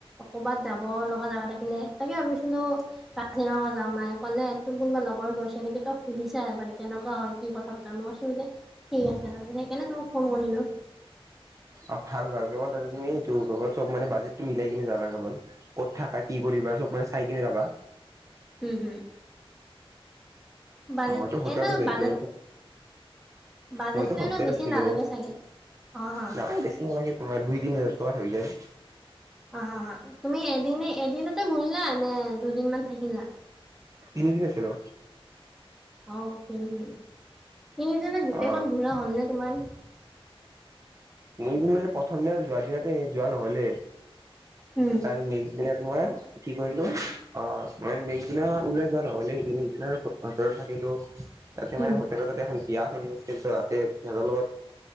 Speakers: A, in the centre; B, on the right.
A: ক'বাত যাব লগা জাগা থাকিলে তাকে ভাবিছিলো কাজিৰঙা যাম মায়ে ক'লে তোৰ কোনোবা লগ লগৰ গৈছে নেকি তই সুধিছা এবাৰ কেনেকুৱা হয় কি কথা বাৰ্তা মই কৈছোঁ যে ঠিক আছে। সেইকানে তোমাক ফোন কৰিলো।
B: অ' ভাল ভাল কেৱল তাতে তুমি এইটো কেৱল চব মানে বাজেটটো মিলাই কিনে যাবা কেৱল ক'ত থাকা কি কৰিবা চব মানে চাই কিনে যাবা।
A: উম, হুম। বাজেট
B: মইতো হোটেল
A: এনে
B: আছিলো
A: বাজেট বাজেটটো
B: মইতো হোমষ্টেত
A: এনে বেছি
B: আছিলো।
A: নালাগে চাগে অ হা
B: না বেছি নালাগে তোমাৰ দুই তিনি হাজাৰ টকাত হৈ যায়।
A: অ' হ, হ, তুমি এদিনে এদিনতে ঘূৰিলা নে দুদিনমান থাকিলা?
B: তিনিদিন আছিলো।
A: অ' তিনিদিন তিনিদিনত গোটেইখন
B: অ
A: ঘূৰা হ'ল নে তোমাৰ?
B: তিনিদিন মানে প্ৰথম দিনা যোৱা‌ দিনাতে যোৱা নহলে।
A: উম
B: তাৰ‌ নেক্স দিনা তোমাৰ কি কৰিলো অ মই নেক্স দিনা ওলাই যোৱা নহলে সিকানে সেইদিনা ওচৰতে থাকি <unintelligible> তাতে মানে
A: উম
B: হোটেলৰ ওচৰতে এখন বিয়া চলি আছিল ত তাতে সিহঁতৰ লগত।